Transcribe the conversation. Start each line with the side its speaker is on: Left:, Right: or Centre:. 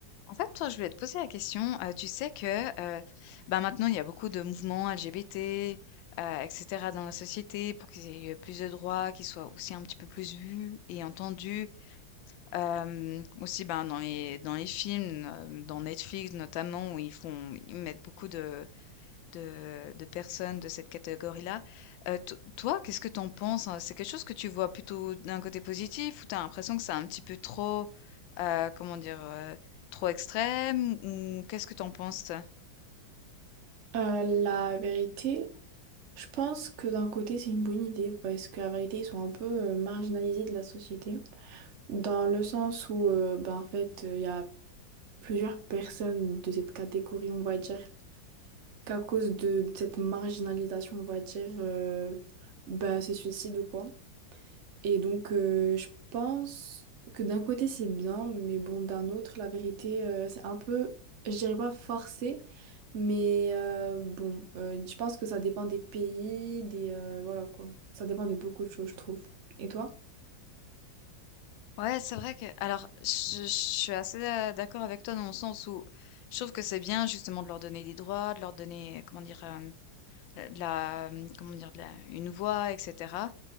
Left: En fait, toi, je voulais te poser la question. euh, tu sais que euh, bah, maintenant, il y a beaucoup de mouvements LGBT, euh, etc. dans la société pour qu'ils aient plus de droits, qu'ils soient aussi un petit peu plus vus et entendus. Euh, aussi ben, dans les, dans les films, euh, dans Netflix notamment, où ils font, ils mettent beaucoup de, de de personnes de cette catégorie-là. Heu, to toi, qu'est-ce que tu en penses, hein? C'est quelque chose que tu vois plutôt d'un côté positif ou t'as l'impression que c'est un petit peu trop, heu, comment dire? Heu, trop extrême ou qu'est-ce que tu en penses, toi?
Right: Euh, la vérité, je pense que d'un côté c'est une bonne idée parce que la vérité ils sont un peu euh, marginalisés de la société dans le sens où euh, ben, en fait euh, il y a plusieurs personnes de cette catégorie on va dire qu'à cause de, de cette marginalisation on va dire euh, ben, se suicident ou quoi et donc euh, je pense que d'un côté c'est bien mais bon d'un autre la vérité euh, c'est un peu je dirais pas forcé Mais euh, bon, euh, je pense que ça dépend des pays, des euh, voilà quoi. Ça dépend de beaucoup de choses, je trouve. Et toi?
Left: Ouais, c'est vrai que alors je je suis assez, heu, d'accord avec toi dans le sens où je trouve que c'est bien justement de leur donner des droits, de leur donner, comment dire? Hem, de la, mmh, comment dire? De la une voix et cetera.